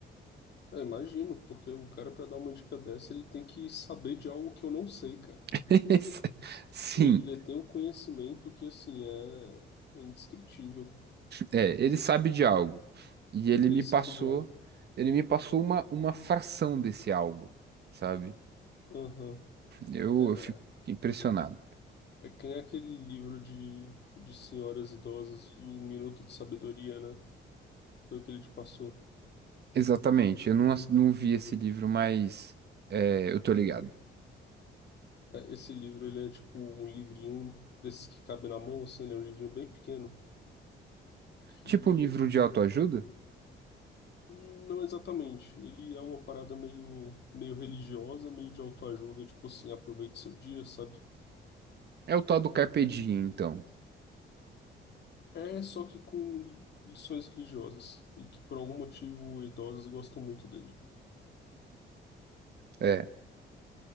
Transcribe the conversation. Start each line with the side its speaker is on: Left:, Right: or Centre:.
Left: É, imagino, porque o cara, para dar uma dica dessa, ele tem que saber de algo que eu não sei, cara.
Right: <laughs> Sim,
Left: Ele detém um conhecimento que, assim, é, é indescritível.
Right: é, ele sabe de algo. E ele
Left: Ele
Right: me
Left: sabe
Right: passou,
Left: de algo.
Right: ele me passou uma, uma fração desse algo, sabe?
Left: Aham.
Right: Eu,
Left: É,
Right: eu fico impressionado.
Left: É que nem aquele livro de, de senhoras idosas, O Minuto de Sabedoria, né? Foi o que ele te passou.
Right: Exatamente, eu não, ass- não vi esse livro, mas é, eu tô ligado.
Left: É, esse livro, ele é tipo um livrinho desses que cabe na mão, assim, ele é um livrinho bem pequeno, que
Right: Tipo um livro de autoajuda?
Left: não exatamente. Ele é uma parada meio, meio religiosa, meio de autoajuda, tipo assim, aproveite seu dia, sabe?
Right: É o tal do Carpe Diem, então.
Left: É só que com lições religiosas, e que por algum motivo idosos gostam muito dele.
Right: É,